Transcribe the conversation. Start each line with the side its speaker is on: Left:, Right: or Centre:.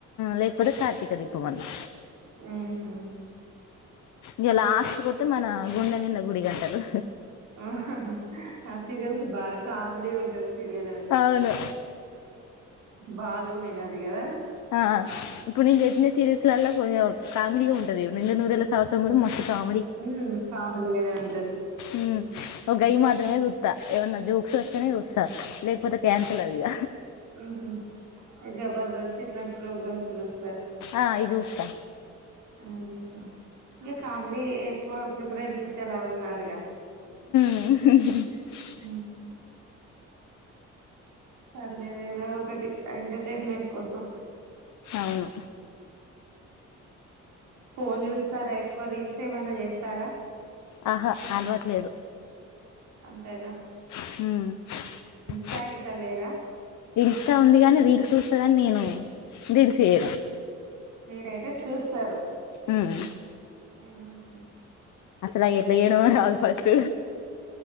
Left: లేకపోతే కార్తీక దీపం అన్నా
Right: ఉమ్ హూ
Left: ఇగ లాస్ట్కు వస్తే మన గుండె నిండ గుడి గంటలు
Right: ఆహా హా ఆ సీరియల్కి బాగా కామెడీ ఉంటది సీరియల్ అది
Left: అవును
Right: బాలు మీనాది గదా
Left: ఆ ఇప్పుడు నేను జెప్పిన సీరియల్స్ అల్లా కొంచెం కామెడీగా ఉంటది నిండు నూరేల సావాసం కూడా మస్త్ కామెడీ
Right: ఉమ్ <unintelligible>
Left: ఉమ్ ఒ గైయ్యి మాత్రమే చూత్త ఏవన్నా జోక్స్ వస్తేనే వస్తా లేకపోతే క్యాన్సల్ అదిగా
Right: ఉహ్మ్ జబర్దస్త్ ఇట్లాంటి ప్రోగ్రామ్స్ చూస్
Left: ఆ అయి జుస్తా
Right: ఉహు ఇగ కామెడీ ఎక్కువ ప్రిఫరెన్స్ ఇచ్చేలా ఉన్నారుగా
Left: ఉ
Right: కేంటి పర్లేదు ఏదో ఒకటి ఎంటర్టైన్మెంట్ కోసం
Left: అవును
Right: ఫోన్ చూస్తారా ఎక్కువ రీల్స్ ఏమన్నా చేస్తారా
Left: ఆహా అలవాట్లేదు
Right: అంతేనా
Left: ఉమ్
Right: ఇన్స్టా గిట్ల లేదా
Left: ఇన్స్టా ఉంది గాని రీల్ చూస్తాగాని నేను రీల్స్ చెయ
Right: మీరైతే చూస్తారు
Left: ఉం
Right: ఉమ్ హు
Left: అసలు ఎట్లా చేయడమో రాదు ఫస్ట్